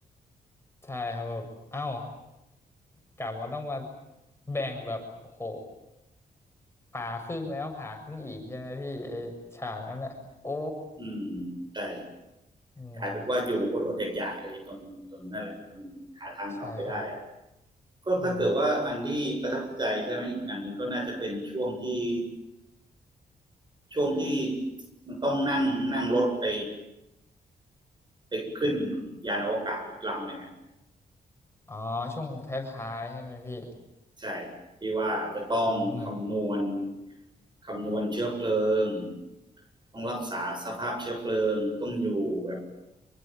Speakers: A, on the left; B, on the right.
A: ใช่ครับแบบเอ้ากลับมาต้องมาแบ่งแบบโหผ่าครึ่งแล้วผ่าครึ่งอีกใช่ไหมพี่ไอ้ฉากนั้นอะโอ้
B: อืมใช่
A: <laughs> อืม
B: กลายเป็นว่าอยู่อดอดๆอยากๆเลยจนจนนั่นแหละจนหาทางกลับไปได้
A: ใช่ครับ
B: ก็ถ้าเกิดว่าอันที่ประทับใจใช่ไหมอีกอันหนึ่งก็น่าจะเป็นช่วงที่
A: อืม
B: ช่วงที่มันต้องนั่งนั่งรถไปไปขึ้นยานอวกาศอีกลำหนึ่ง
A: อ๋อช่วงท้ายๆใช่ไหมพี่
B: ใช่ที่ว่าจะต้องคำนวณ
A: อืม
B: คำนวณเชื้อเพลิงต้องรักษาสภาพเชื้อเพลิงต้องอยู่แบบ